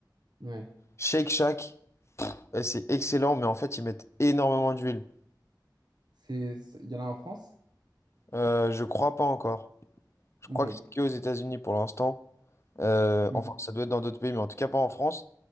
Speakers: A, on the right; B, on the left.
A: ouais.
B: Shake Shack Eh, c'est excellent, mais en fait, ils mettent énormément d'huile.
A: C'est, c'est- il y en a en France?
B: Euh, je crois pas encore. Je crois
A: Ok.
B: que c'est qu'aux États-Unis pour l'instant. Euh,
A: Ok.
B: enfin, ça doit être dans d'autres pays, mais en tout cas pas en France.